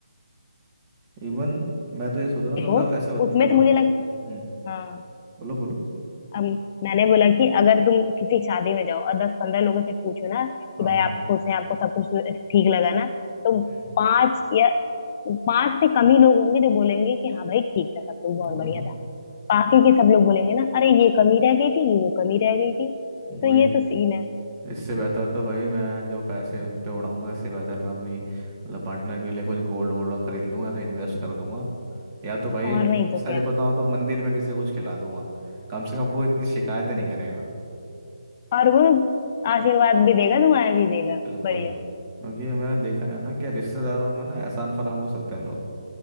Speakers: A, on the right; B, on the left.
A: इवन मैं तो ये सोच रहा हूँ
B: देखो
A: कि मतलब ऐसे होता
B: उसमें
A: हेलो
B: तो मुझे लग
A: हम्म
B: हाँ
A: बोलो बोलो
B: अब मैंने बोला कि अगर तुम किसी की शादी में जाओ और दस पंद्रह लोगों से पूछो ना कि
A: हाँ
B: भाई आप खुश हैं आपको सब कुछ ठीक लगा ना तो
A: हम्म
B: पांच या पांच से कम ही लोग होंगे जो बोलेंगे कि हाँ भाई ठीक था सब कुछ बहुत
A: वही
B: बढ़िया
A: तो
B: था बाकी के सब लोग बोलेंगे ना अरे ये कमी रह गई थी वो कमी रह गई थी
A: वही
B: तो ये तो सीन है
A: इससे बेहतर तो भाई मैं जो पैसे उन पे उड़ाऊंगा इससे बेहतर मैं अपनी मतलब पार्टनर के लिए कुछ गोल्ड वोल्ड खरीद लूंगा तो इन्वेस्ट कर दूंगा या तो भाई
B: और नहीं तो क्या
A: सच बताऊं तो मंदिर में किसी को कुछ खिला दूंगा कम से कम वो इतनी शिकायतें नहीं करेगा
B: और वो आशीर्वाद भी देगा दुआएं भी देगा
A: बिल्कुल
B: बढ़िया
A: क्योंकि
B: से।
A: मैंने देखा है ना कि रिश्तेदारों में ना एहसान फरामोश होते हैं लोग